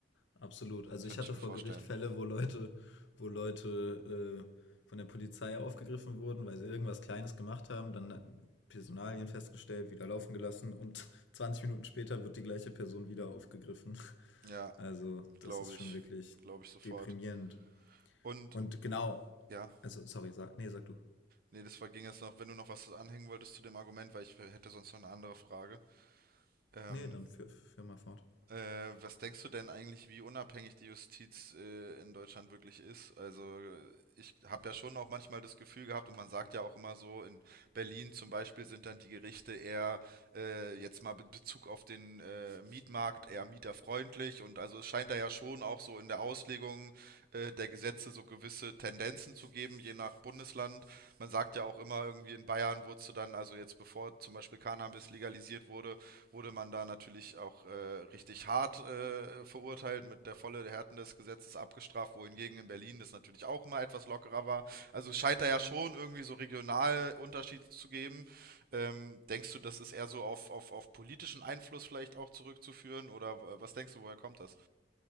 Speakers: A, on the left (about 85°); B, on the right (about 55°).
A: Absolut. Also
B: könnte
A: ich hatte
B: ich mir
A: vor
B: vorstellen.
A: Gericht Fälle, wo Leute, wo Leute äh, von der Polizei aufgegriffen wurden, weil sie irgendwas Kleines gemacht haben, dann Personalien festgestellt, wieder laufen gelassen und <laughs> 20 Minuten später wird die gleiche Person wieder aufgegriffen. <laughs>
B: Ja,
A: Also das
B: glaube
A: ist schon
B: ich,
A: wirklich
B: glaube ich sofort.
A: deprimierend.
B: Und
A: Und genau,
B: ja.
A: also sorry, sag, nee, sag du.
B: Nee, das war, ging jetzt noch, wenn du noch was anhängen wolltest zu dem Argument, weil ich hätte sonst noch eine andere Frage. Ähm,
A: Nee, dann führ, führ mal fort.
B: äh, was denkst du denn eigentlich, wie unabhängig die Justiz äh, in Deutschland wirklich ist? Also äh, ich habe ja schon auch manchmal das Gefühl gehabt und man sagt ja auch immer so, in Berlin zum Beispiel sind dann die Gerichte eher äh, jetzt mal in Bezug auf den äh, Mietmarkt eher mieterfreundlich und also es scheint da ja schon auch so in der Auslegung äh, der Gesetze so gewisse Tendenzen zu geben, je nach Bundesland. Man sagt ja auch immer irgendwie in Bayern wurdest du dann, also jetzt bevor zum Beispiel Cannabis legalisiert wurde, wurde man da natürlich auch äh, richtig hart äh, verurteilt, mit der volle Härten des Gesetzes abgestraft, wohingegen in Berlin das natürlich auch immer etwas lockerer war. Also es scheint da ja schon irgendwie so regional Unterschiede zu geben. Ähm, denkst du, das ist eher so auf, auf, auf politischen Einfluss vielleicht auch zurückzuführen? Oder w- was denkst du, woher kommt das?